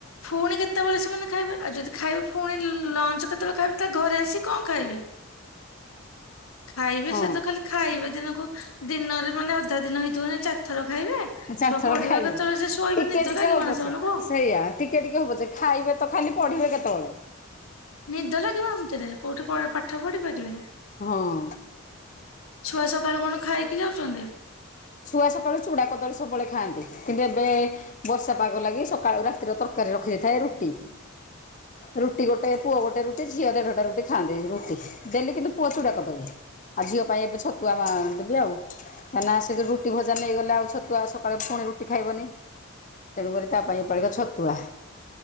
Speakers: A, on the left; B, on the left.
A: ଫୁଣି କେତେବେଳେ ସେମାନେ ଖାଇବେ ଆଉ ଯଦି ଖାଇବେ ଫୁଣି ଲଞ୍ଚ କେତେବେଳେ ଖାଇବେ ତା ଘରେ ଆସି କଣ ଖାଇବେ, ଖାଇବେ
B: ହଁ।
A: ସେ ତ ଖାଲି ଖାଇବେ। ଦିନକୁ ଦିନରେ ମାନେ ଅଧା ଦିନ ହେଇଥିବ କି ନାହିଁ ଚାରିଥର ଖାଇବେ।
B: ଚାରିଥର
A: ଛୁଆ ପଢିବେ
B: ଖାଇବେ।
A: କେତବେଳେ ସେ ଶୋଇବେ
B: ଟିକେ
A: ନିଦ
B: ଟିକେ
A: ଲାଗିବ
B: ହଉ
A: ନା
B: ପଛେ
A: ସେମାନଙ୍କୁ।
B: ସେଇଆ ଠିକ୍। ଟିକେ ଟିକେ ହଉ ପଛେ ଖାଇବେ ତ ଖାଲି ପଢିବେ କେତେବେଳେ?
A: ନିଦ ଲାଗିବ ଭିତରେ କୋଉଠି ପ ପାଠ ପଢି ପାରିବେ?
B: ହଁ।
A: ଛୁଆ ସକାଳୁ କଣ ଖାଇକି ଯାଉଚନ୍ତି?
B: ଛୁଆ ସକାଳୁ ଚୁଡ଼ା କଦଳୀ ସବୁବେଳେ ଖାଆନ୍ତି। କିନ୍ତୁ ଏବେ ବର୍ଷା ପାଗ ଲାଗି ସକାଳୁ ରାତିର ତରକାରୀ ରଖି ଦେଇେଥାଏ ରୁଟି। ରୁଟି ଗୋଟେ ପୁଅ ଗୋଟେ ରୁ ଝିଅ ଟା ରୁଟି ଖାନ୍ତି ରୁଟି ଡେଲ୍ଲୀ କିନ୍ତୁ ପୁଅ ଚୁଡା କଦଳୀ। ଆଉ ଝିଅ ପାଇଁ ଏବେ ଛତୁଆ ଦେବି ଆଉ କାହିଁକି ନା ସେ ଯଉ ରୁଟି ଭଜା ନେଇଗଲେ ଆଉ ଛତୁଆ ସକାଳେ ପୁଣି ରୁଟି ଖାଇବନି। ତେଣୁକରି ତା ପାଇଁପଡିକା ଛତୁଆ।